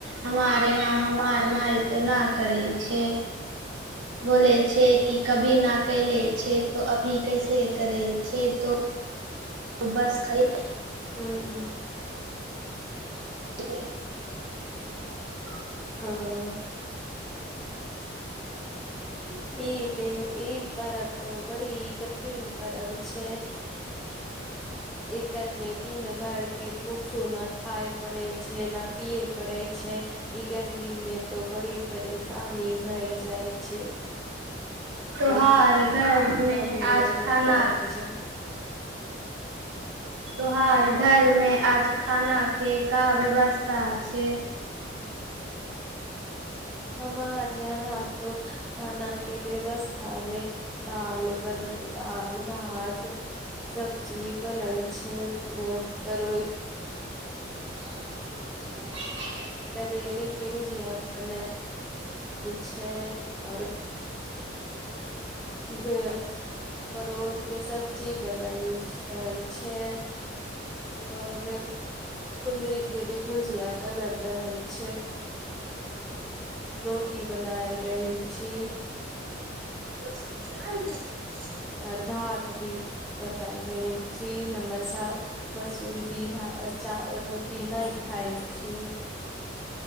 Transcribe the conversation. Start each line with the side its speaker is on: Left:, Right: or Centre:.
Right: हमारे यहा त हमार माय न करै छै बोलय छै इ कभी ना कैले छै त अभी कैसे करे छै तो बस खरी
Centre: हम्म
Right: <inaudible> <inaudible>
Centre: हाँ
Right: <inaudible>
Centre: ई त ई परब त बड़ि कठिन परब छै
Right: <inaudible>
Centre: दिनभैर मे इ किछ नइ खाय परेल छै नय पियल परैय छै ई गर्मी मे त बरी परेशानी भै भै जाइ छै
Right: त्योहार
Centre: बड़ी
Right: घरमे
Centre: कम लोगन
Right: आज खाना
Centre: करे छै
Right: त्योहार घर मे आज खाना के आज का व्यवस्था छै
Centre: हमार यहाँ तो खाना व्यवस्थामे दाल बन दाल भात सब्जी बनल छै अ तरोई
Right: <inaudible>
Centre: करैली के भूजिया बनल छै आओर बे परोड़ के सब्जी बनल रहल छै और कुन्द्री के भी भुजिया बनल रहल छै रोटी बनायल रहल छी
Right: <unintelligible>
Centre: और भात भी बनायल रहल छी हमर सास ससुरजी भा चा रोटी नहि खाायल छी